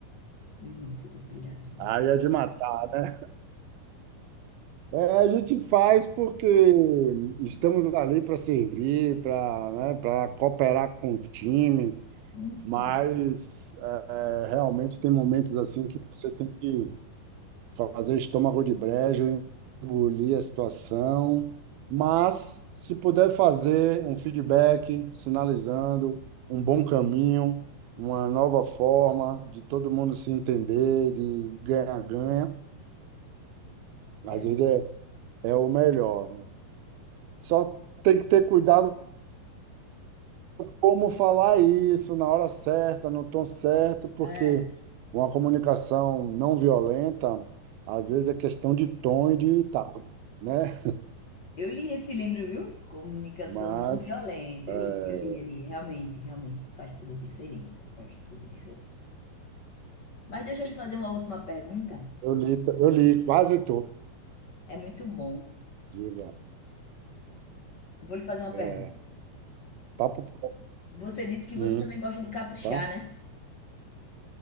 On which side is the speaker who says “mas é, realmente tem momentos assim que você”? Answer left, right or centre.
Right